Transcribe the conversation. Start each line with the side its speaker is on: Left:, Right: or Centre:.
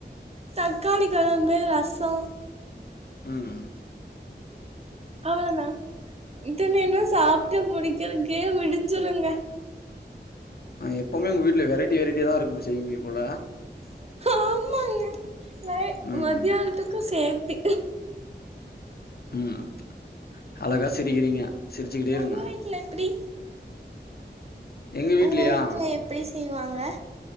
Right: தக்காளி கொழம்பு ரசோ
Left: ம்
Right: அவ்ள தா இத்தனேனா சாப்ட்டு முடிக்கிறதுக்கே விடிஞ்சிருங்க
Left: ஆ எப்போமே உ ங்க வீட்ல வெரைட்டி வெரைட்டி தா இருக் செய்வீங்க போல
Right: ஆமாங்க நை
Left: ம்
Right: மத்தியானத்துக்கு சேத்து
Left: ம் அழகா சிரிக்கிறீங்க சிரிச்சுக்கிட்டே
Right: உங்க
Left: இருங்க
Right: வீட்ல எப்டி
Left: எங்க வீட்லயா
Right: உங்க வீட்ல எப்டி செய்வாங்க